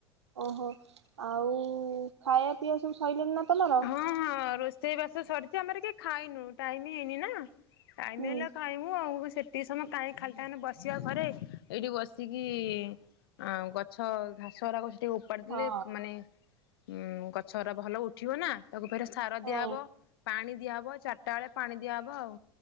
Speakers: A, on the right; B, on the left.
A: ଓହୋ ଆଉ ଖାଇବା ପିଆ ସବୁ ସଇଲଲେ ନା ତମର?
B: ହଁ ହଁ ରୋଷେଇ ବାସ ତ ସରିଛି ଆମର କେହି ଖାଇନୁ ଟାଇମ ହେଇନି ନା ଟାଇମ
A: ହୁଁ
B: ହେଲେ ଖାଇମୁ ଆଉ ସେଠି ଟିକେ ସମୟ କାହିଁ ଖାଲିଟାନେ ବସିବା ଘରେ ଏଇଠି ବସିକି ଆଁ ଗଛ ଘାସ <unintelligible> ଟିକେ ଉପାଡିଦେଲେ
A: ହଁ
B: ମାନେ ଉଁ ଗଛରା ଭଲ ଉଠ୍ ଠିବ ନା ତାକୁ ଫେରେ ସାର
A: ହଉ
B: ଦିଆହବ ପାଣି ଦିଆହବ ଚାଟା ବେଳେ ପାଣି ଦିଆହବ ଆଉ।